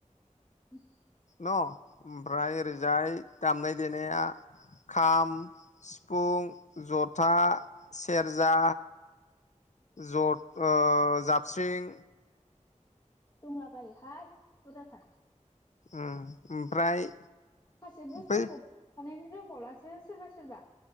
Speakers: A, on the left (about 30°); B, on the left (about 65°).
A: <inaudible>
B: अ ओमफ्राय ओरैजाय दामनाय देनाया खाम, सिफुं, जथा, सेरजा जत ओ जाबस्रिं
A: <unintelligible>
B: ओं ओमफ्राय
A: माखासे बुस्थुखौ
B: बै
A: बानायनो रोंबावलासो सोरबा सोरबा।